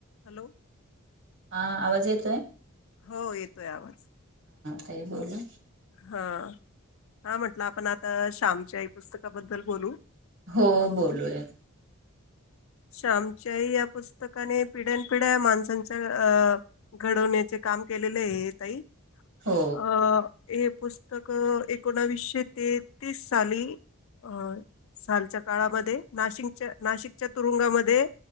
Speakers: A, on the left; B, on the right.
A: हॅलो.
B: हा आवाज येतोय?
A: हो येतोय आवाज.
B: ताई बोला.
A: हा, हा म्हटलं आपण आता, श्यामच्याई पुस्तकाबद्दल बोलू.
B: हो
A: अ
B: बोलूया.
A: शमच्याही या पुस्तकाने पिढ्यानपिढ्या माणसांच्या अ घडवण्याचे काम के केलेले आहे ताई
B: हो
A: अ. हे पुस्तक एकोणविसशे ते तीस साली अं. सालच्या काळामध्ये नाशिकच्या-नाशिकच्या तुरुंगामध्ये